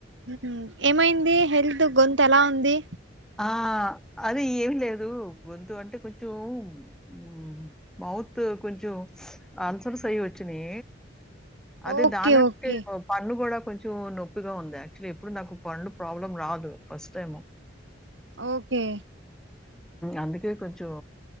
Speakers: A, on the right; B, in the centre.
A: హు ఏమైంది హెల్త్ గొంతు అలా ఉంది?
B: ఆ అది ఏమి లేదు గొంతు అంటే కొంచెం ఉ మౌత్ కొంచెం ఆన్సర్స్ అవి వచ్చియి అదే
A: ఓకే
B: దానింటే
A: ఓకే
B: పన్ను కూడా కొంచెం నొప్పిగా ఉంది యాక్చువల్లీ ఎప్పుడు నాకు పండ్లు ప్రాబ్లం రాదు ఫస్ట్ టైం
A: ఓకే
B: అందుకే కొంచెం